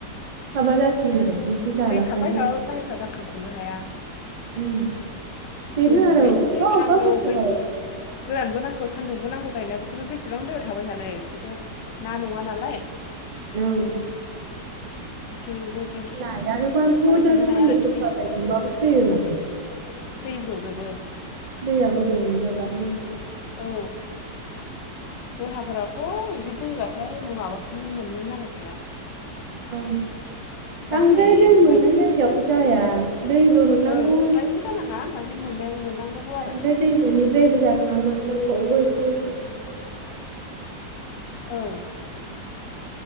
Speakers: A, on the right; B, on the left.
A: माबा जासिगोन आरो एम्फौ जालांग्रा
B: दै थाबाय थाबाबो
A: जासिगोन
B: माइफ्रा जाखांखनो हाया
A: उम बेनो
B: दै मोनबा
A: आरो
B: एसे
A: अबेबा
B: दैबो
A: अबेबा
B: नांगौ
A: बोसोराव
B: बै गोरानबो नांगौ सान्दुंबो नांगौ <unintelligible> थाबाय थानो इसेथ' हा नङा नालाय।
A: उम
B: बिसोरबो ओंखायनोथ'
A: नायानोबाथ
B: थाबाय
A: द
B: थानो
A: सान्दुं
B: हाया आरो
A: गोसा
B: थै
A: द्राय दुंबाबो थैयो माथो
B: थैब्रजोबो
A: दैया गुदुं दाबा <unintelligible>
B: औ दलहाफोरावथ' बिदि दैबाथाय माबाखौनो मोनोन नागिरखाया
A: औ
B: गाहाय
A: बांद्राय दै मोननाय
B: माइ
A: जायगायावबो जाया दैबो मोननांगौ।
B: ओं मोनद्रायैबो
A: <inaudible>
B: जानाङा ओमफ्राय मोन मोननांगौबो
A: बांद्राय
B: आरो
A: दै मोनोनिद्रायबो जानाङा मोननांगौबो। <unintelligible>
B: औ